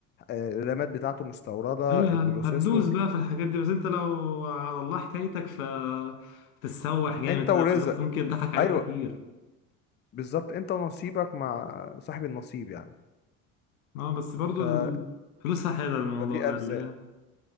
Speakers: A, on the left; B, on the left.
A: آه، الرامات بتاعته مستوردة
B: أيوه
A: البروسيسور
B: هت- هتدوس بقى
A: مم.
B: في الحاجات دي بس أنت لو على الله حكايتك ف تتسوح جامد
A: انت
B: في
A: ورزق
B: الأول بس
A: سامبا
B: ممكن يضحك عليك
A: ايوه
B: كتير
A: بالظبط انت ونصيبك مع صاحب النصيب يعني
B: أه بس برضه
A: ف...
B: ال-
A: مم.
B: فلوسها حلوة الموضوع
A: فدي
B: ده
A: ارزاق
B: اللي هي